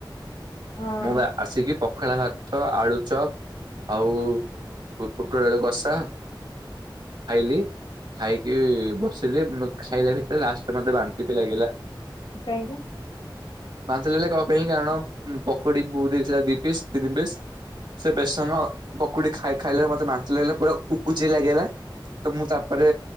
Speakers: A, on the left; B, on the right.
A: ହଁ
B: ମୁଁ ବା ଆସିକି ପଖାଳ ଭା ଆଳୁ ଚପ ଆଉ ପୁଟଆଳୁ କଷା ଖାଇଲି ଖାଇକି ବସିଲି ଖାଇଲା ଭିତରେ ଲାଷ୍ଟରେ ମତେ ବାନ୍ତି ବି ଲାଗିଲା।
A: କାଇଁ ଯେ
B: ବାନ୍ତି ଲାଗିଲା କଣ ପାଇଁ କାରଣ ପକୁଡ଼ିକୁ ଦେଇଥିଲା ଦି ପିସ୍ ତିନି ପିସ୍ ସେ ବେସନ ପକୁଡ଼ି ଖାଇଲା ବେଳେ ମତେ ବାନ୍ତି ଲାଗିଲା ପୁରା ଉପୁଜେ ଲାଗିଲା ମୁଁ ତାପରେ